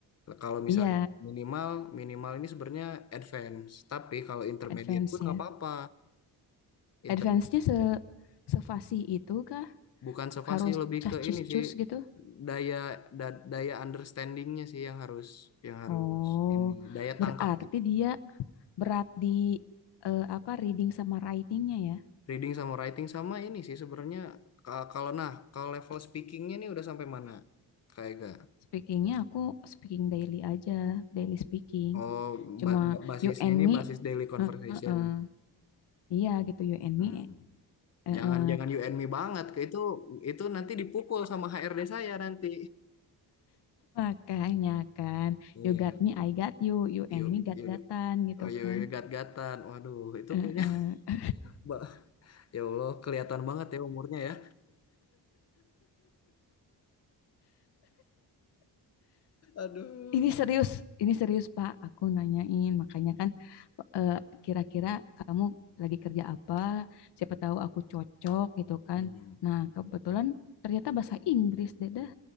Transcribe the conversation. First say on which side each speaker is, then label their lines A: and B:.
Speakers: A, on the left; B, on the left.
A: Kalau misalnya
B: Iya,
A: minimal minimal ini sebenarnya advance, tapi kalau intermediate
B: advance
A: pun nggak
B: ya.
A: apa-apa. Inter
B: Advance-nya se sefasih itu kah?
A: bukan sevasi
B: Harus
A: lebih
B: cacis-cus
A: ke ini sih
B: gitu?
A: daya da- daya understandingnya sih yang harus yang harus
B: Oh,
A: ini daya
B: berarti
A: tangkap
B: dia berat di eh, apa reading sama writing-nya ya.
A: reading sama writing sama ini sih sebenarnya Ka- kalau nah kalau level speakingnya ini udah sampai mana? Kayak Ega?
B: Speaking-nya aku speaking daily aja, daily speaking.
A: Oh,
B: Cuma
A: ba- ba- basisnya
B: you and
A: ini
B: me,
A: basis daily conversation.
B: eh, eh, eh. Iya gitu you and
A: Hmm.
B: me. eh,
A: Jangan
B: eh.
A: jangan you and me banget, ke itu itu nanti dipukul sama HRD saya nanti.
B: Makanya kan,
A: Iya,
B: you got me, I got you, you
A: you
B: and me gat-gatan
A: you
B: gitu
A: oh you,
B: kan.
A: you gat-gatan. Waduh, itu
B: Eh,
A: kayaknya
B: eh.
A: <laughs> Mbak, ya Allah kelihatan banget ya umurnya ya. Aduh.
B: Ini serius, ini serius Pak, aku nanyain. Makanya kan eh, kira-kira kamu lagi kerja apa, siapa tahu aku cocok gitu kan.
A: Hmm.
B: Nah, kebetulan ternyata bahasa Inggris deh dah.